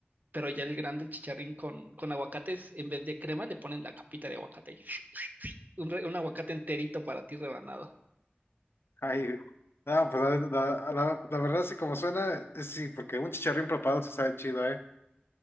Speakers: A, on the right; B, on the left.
A: pero ya el grande, el chicharrín con, con aguacates, en vez de crema, le ponen la capita de aguacate un, re- un aguacate enterito para ti rebanado.
B: Ay, güey. no, pues la, la- la- la verdad, sí, como suena, sí, porque un chicharrín preparado se sabe chido, ¿eh?